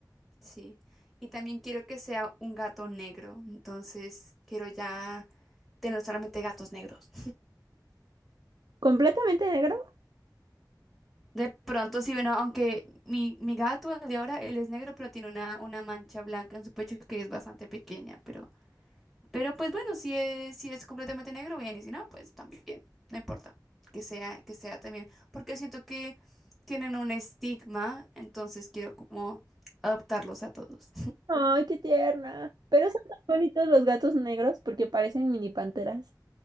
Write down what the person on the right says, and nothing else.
¿Completamente negro?
Ay, qué tierna. Pero son tan bonitos los gatos negros porque parecen mini panteras.